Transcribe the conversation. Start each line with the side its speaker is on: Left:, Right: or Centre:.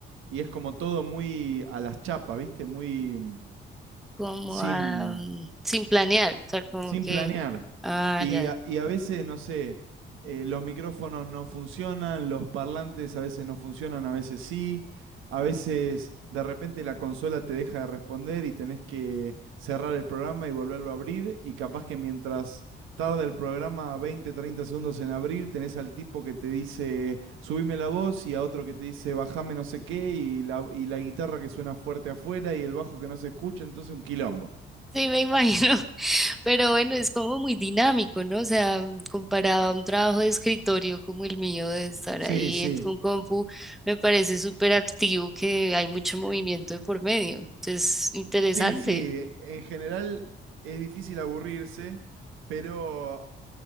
Right: Y es como todo muy a las chapas, ¿viste? Muy mm,
Centre: como
Right: sin,
Centre: ah, sin planear, o sea, como
Right: Sin
Centre: que,
Right: planear.
Centre: ah,
Right: Y
Centre: ya,
Right: a, y a veces, no sé, eh, los micrófonos no funcionan, los parlantes a veces no funcionan, a veces sí. A veces de repente la consola te deja de responder y tenés que cerrar el programa y volverlo a abrir. Y capaz que mientras tarda el programa 20, 30 segundos en abrir, tenés al tipo que te dice subime la voz y a otro que te dice bajame no sé qué y la, y la guitarra que suena fuerte afuera y el bajo que no se escucha. Entonces un quilombo.
Centre: sí, me imagino, <laughs> pero bueno, es como muy dinámico, ¿no? O sea, comparado a un trabajo de escritorio como el mío, de estar
Right: Sí,
Centre: ahí
Right: sí.
Centre: en un compu, me parece súper activo que hay mucho movimiento de por medio, entonces, interesante.
Right: Sí, sí, en general es difícil aburrirse, pero